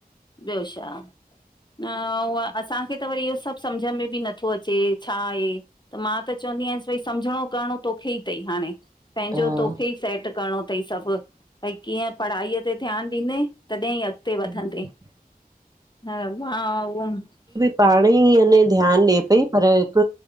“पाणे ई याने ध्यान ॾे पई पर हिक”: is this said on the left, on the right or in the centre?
Right